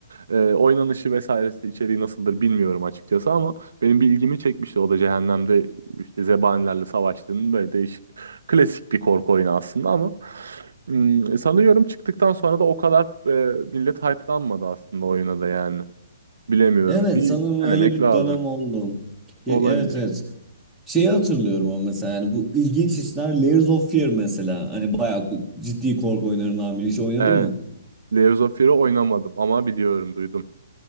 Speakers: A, on the right (about 80°); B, in the centre.
A: Ee, oynanışı vesairesi içeriği nasıldır bilmiyorum açıkçası ama benim bir ilgimi çekmişti. O da cehennemde işte zebanilerle savaştığının böyle değişik klasik bir korku oyunu aslında ama hmm, e, sanıyorum çıktıktan sonra da o kadar e, millet hype'lanmadı aslında oyuna da yani. Bilemiyorum.
B: Evet
A: Bir
B: sanırım
A: denemek
B: öyle bir
A: lazım.
B: dönem oldu.
A: Olabilir.
B: E- Evet evet. Şeyi hatırlıyorum ama mesela yani bu ilginç işler Layers of Fear mesela. Hani bayağı ciddi korku oyunlarından biri. Hiç oynadın
A: Evet.
B: mı?
A: Layers of Fear'ı oynamadım ama biliyorum, duydum.